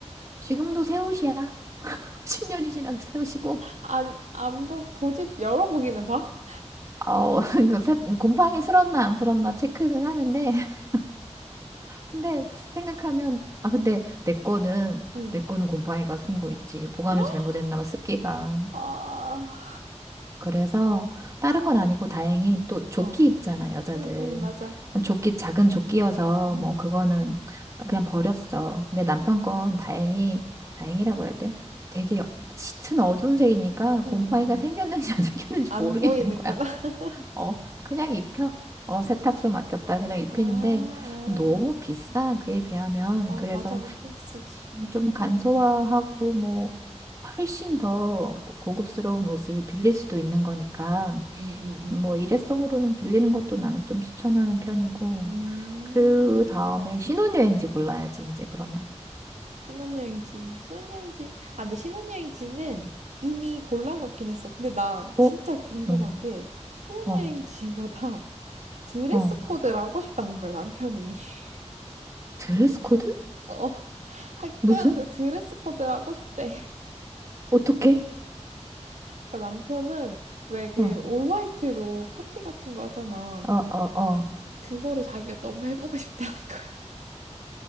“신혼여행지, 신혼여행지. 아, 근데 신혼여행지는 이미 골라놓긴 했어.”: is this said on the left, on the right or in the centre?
Right